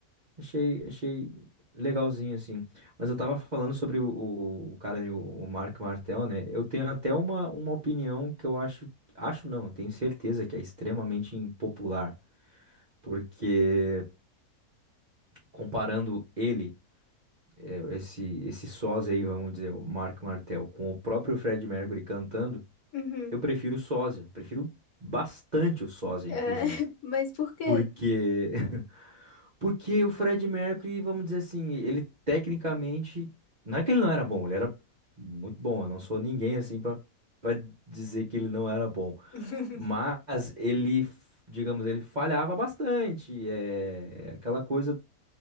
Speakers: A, on the right; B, on the left.
A: Achei, achei legalzinho, assim. Mas eu tava falando sobre o, o, o cara, ali, o, o Mark Martel, né? Eu tenho até uma, uma opinião que eu acho. Acho não, eu tenho certeza que é extremamente impopular. Porque comparando ele. esse, esse sós aí, vamos dizer, o Mark Martel, com o próprio Fred Mercury cantando,
B: Uhum.
A: eu prefiro o sósia, prefiro bastante o sósia,
B: É,
A: inclusive.
B: <laughs> mas por quê?
A: Porque, <laughs> porque o Fred Mercury, vamos dizer assim, ele tecnicamente, não é que ele não era bom, ele era muito bom, eu não sou ninguém assim para para dizer que ele não era bom,
B: <laughs>
A: mas ele, digamos, ele falhava bastante, é aquela coisa